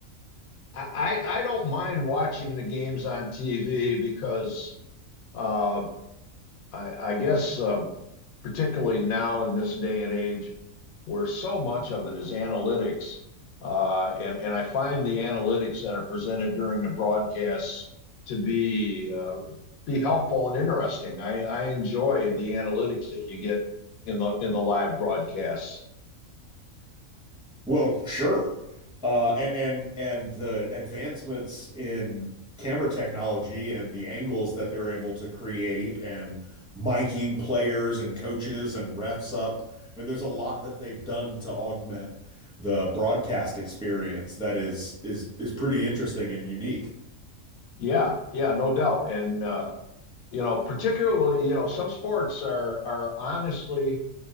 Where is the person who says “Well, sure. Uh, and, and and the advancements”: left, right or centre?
Centre